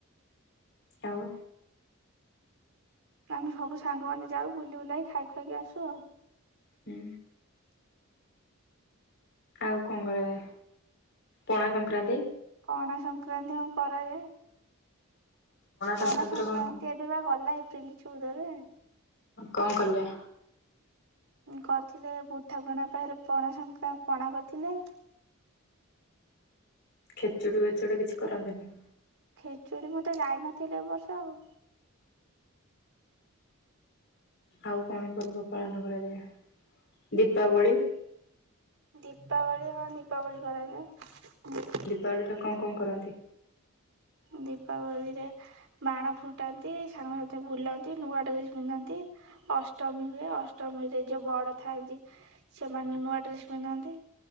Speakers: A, on the left; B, on the right.
A: ଆଉ।
B: ଆମେ ସବୁ ସାଙ୍ଗମାନେ ଯାଉ ବୁଲି ବୁଲାଇକି ଖାଇ ଖଆାଇକି ଆସୁ ଆଉ।
A: ହୁଁ। ଆଉ କଣ କରାଯାଏ ପଣା ସଂକ୍ରାନ୍ତି
B: ପଣା ସଂକ୍ରାନ୍ତି ହଁ କରାଯାଏ। ପଣା
A: ସଂକ୍ରାନ୍ତିରେ
B: ସଂକ୍ରାନ୍ତି
A: କଣ
B: ଏବେ ବା ଗଲା ଏପ୍ରିଲି ଚଉଦରେ।
A: କଅଣ କଲେ
B: କରିଥିଲେ ବୁଠାକୁରାଣୀଙ୍କ ପାଖରେ ପଣା ସଂକ୍ରାନ୍ତି ପଣା କରିଥିଲେ।
A: ଖେଚୁଡ଼ି ବେଚୁଡ଼ି କିଛି କରନ୍ତିନି?
B: ଖେଚୁଡ଼ି ମୁଁ ତ ଯାଇନଥିଲି ଏବର୍ଷ ଆଉ।
A: ଆଉ କଣ ପର୍ବ ପାଳନ କରାଯାଏ। ଦୀପାବଳି?
B: ଦୀପାବଳି ହଁ ଦୀପାବଳି କରାଯାଏ।
A: ଦୀପାବଳିରେ କଣ୍ କଣ୍ କରନ୍ତି?
B: ଦୀପାବଳିରେ ବାଣ ଫୁଟାନ୍ତି ସାଙ୍ଗସାଥି ବୁଲନ୍ତି ନୂଆ ଡ୍ରେସ୍ ପିନ୍ଧନ୍ତି। ଅଷ୍ଟମୀ ହୁଏ ଅଷ୍ଟମୀ ରେ ଯଉ ବଡ ଥାଆନ୍ତି ସେମାନେ ନୂଆ ଡ୍ରେସ୍ ପିନ୍ଧନ୍ତି।